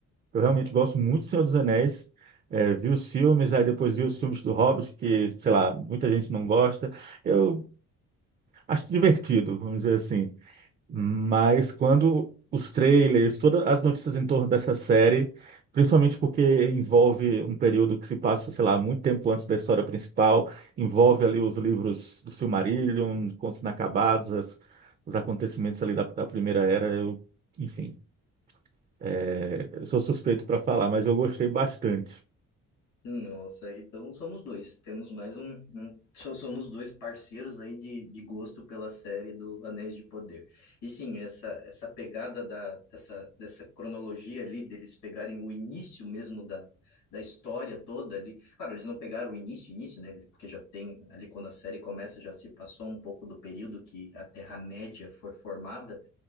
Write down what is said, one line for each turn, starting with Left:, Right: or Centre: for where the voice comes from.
Right: Eu realmente gosto muito do Senhor dos Anéis. É, vi os filmes, aí depois vi os filmes do Hobbit, que, sei lá, muita gente não gosta. Eu acho divertido, vamos dizer assim. Mas quando os trailers, todas as notícias em torno dessa série, principalmente porque envolve um período que se passa, sei lá, muito tempo antes da história principal, envolve ali os livros do Silmarillion, Contos Inacabados, as- os acontecimentos ali da, da Primeira Era, eu, enfim, é, eu sou suspeito para falar, mas eu gostei bastante.
Left: Nossa, então somos dois. Temos mais um, um- Só somos dois parceiros aí de, de gosto pela série do Anéis de Poder. E sim, essa, essa pegada da, dessa, dessa cronologia ali, deles pegarem o início mesmo da, da história toda ali. Claro, eles não pegaram o início, início, né? eles- Porque já tem ali quando a série começa, já se passou um pouco do período que a Terra-média foi formada.